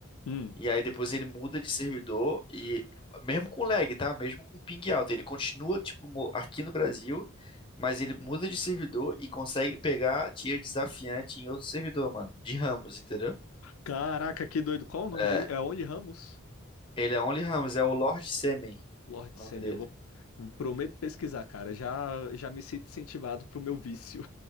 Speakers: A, on the left; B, on the left.
A: Hum.
B: e aí depois ele muda de servidor, e mesmo com lag, tá? Mesmo com ping alto, ele continua, tipo, mo- aqui no Brasil, mas ele muda de servidor e consegue pegar tier desafiante em outro servidor, mano, de Ramos, entendeu?
A: Caraca, que doido. Qual o nome
B: É,
A: dele? É Only Ramos?
B: Ele é Only Ramos, é o Lord Semen,
A: Lord
B: o
A: Semi,
B: nome dele.
A: eu vou, prometo pesquisar, cara. Já, já me sinto incentivado pro meu vício.